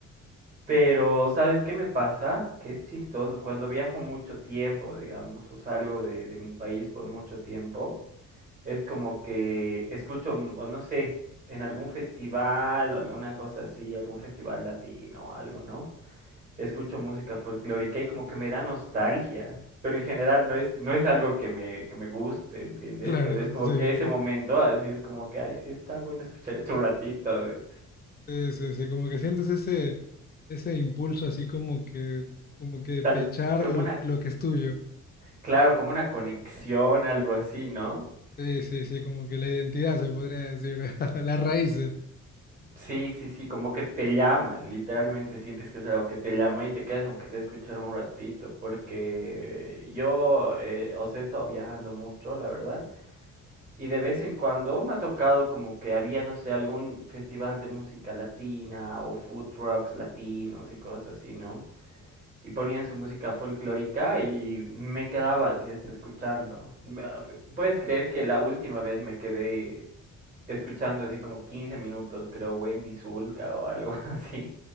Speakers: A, on the right; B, on the left.
A: Pero, ¿sabes qué me pasa? Que es chistoso. Cuando viajo mucho tiempo, digamos, o salgo de, de mi país por mucho tiempo, es como que escucho, mm, o no sé, en algún festival o alguna cosa así, algún festival latino o algo, ¿no? escucho música folclórica y como que me da nostalgia. Pero en general no es, no es algo que me, que me guste, ¿entiendes?
B: Claro,
A: Pero es como
B: sí,
A: que ese momento, así es como que, ay, sí, está bueno escuchar esto un ratito. de-
B: sí, sí, sí, como que sientes ese, ese impulso así como que, como que
A: Tal,
B: pechar
A: como
B: lo,
A: una,
B: lo que es tuyo.
A: claro, como una conexión, algo así, ¿no?
B: Sí, sí, sí, como que la identidad se podría decir, <laughs> las raíces.
A: Sí, sí, sí, como que te llama, literalmente sientes que es algo que te llama y te quedas aunque sea escuchar un ratito, porque yo, eh, o sea, he estado viajando mucho, la verdad, Y de vez en cuando me ha tocado como que había, no sé, algún festival de música latina o food trucks latinos y cosas así, ¿no? Y ponían su música folclórica y me quedaba así hasta escuchando. Me- ah, pe- Puedes creer que la última vez me quedé escuchando así como 15 minutos, creo, Wendy Zulka o algo <laughs> así.